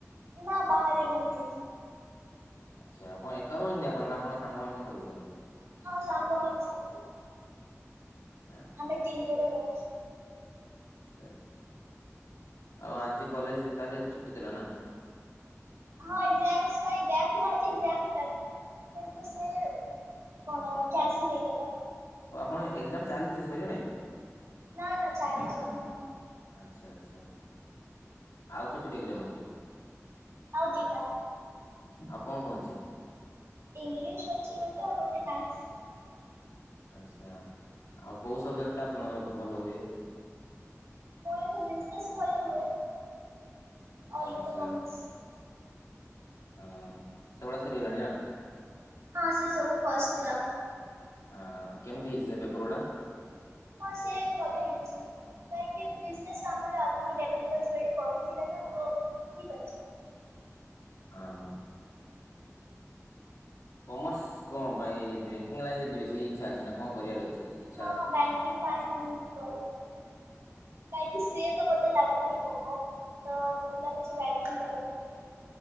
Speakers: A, on the right; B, on the left.
A: ନା ବାହାରେ ରୁମ୍ ନେଇଛି।
B: ଆଚ୍ଛା ଆପଣ ଏକା ରହୁଚନ୍ତି ଆପଣ ନାଆପଣ ସାଙ୍ଗମାନଙ୍କ ସହ ରହୁଚନ୍ତି?
A: ହଁ ସାଙ୍ଗମାନେ ସାଥିରେ।
B: <unintelligible>
A: ଆମେ ତିନି ଜଣ ରହୁଛୁ।
B: ଆଚ୍ଛା ଆଚ୍ଛା ଆଉ ଆଜି କଲେଜ୍ ତାହେଲେ ଛୁଟି ଥିଲାନା?
A: ହଁ ଏଗ୍ଜାମ ପାଇଁ ଗ୍ୟାପ୍ ଥିଲା ଆଜି ଏଗ୍ଜାମ୍ କିନ୍ତୁସେ କଣ କ୍ୟାନସଲ ହେଇଗଲା।
B: ଓ ଆପଣଙ୍କ ଏକ୍ଜାମ୍ ଚାଲିଚି ସରିନାଇଁ?
A: ନା ନା ଚାଲିଚି ହଁ।
B: ଆଚ୍ଛା ଆଚ୍ଛା ଆଉ କେତେଟି ଏଗ୍ଜାମ୍ ଅଛି?
A: ଆଉ ଦଇଟା।
B: ଆଉ କଁ କଁ ଅଛି?
A: ଇଂଲିଶ ଅଛି ଗୋଟେ ଆଉ ଗୋଟେ ମ୍ୟାଥ୍।
B: ଆଚ୍ଛା ଆଉ କୋଉ ସବଜେକ୍ଟଟା ଆପଣଙ୍କର ଭଲ ହୁଏ?
A: ମୋରତ ବିଜନେସ୍ ଭଲ ହୁଏ। ଆଉ ଇକୋନୋମିକ୍ସ।
B: ଆଚ୍ଛା ହଁ ସେଗୁଡ଼ା ସରିଗଲାଣିନା?
A: ହଁ ସେସବୁ ଫାଷ୍ଟ୍ ଥିଲା।
B: ହଁ କେମିତି ହେଇଚି ସେପେପର ଗୁଡ଼ା?
A: ହଁ ସିଏ ଭଲ ହେଇଚି। କାହିଁକି ବିଜିନେସ୍ ଆମର ଆଗରୁ ଲେବନ୍ କ୍ଲାସ୍ ବେଳେ ପଡ଼ିଥିଲେନା ତୋ ଠିକ୍ ଅଛି।
B: ହଁ। କମର୍ସ କଁ ପାଇଁ ବ୍ୟାଙ୍କିଙ୍ଗ ଲାଇନରେ ଯିବେ ସେଇ ଇଚ୍ଛା ଅଛି ନା କଁ କରିବାର ଅଛି ଆକ୍ଚୁଲି?
A: ହଁ ବ୍ୟାଙ୍କିଙ୍ଗ ପାଇକି <unintelligible> କାହିକି ସେ ତ ମତେ ଲାଗୁନି ହବ ତମତେ ଲାଗୁଚି ବ୍ୟାଙ୍କିଙ୍ଗ କରିନେବି।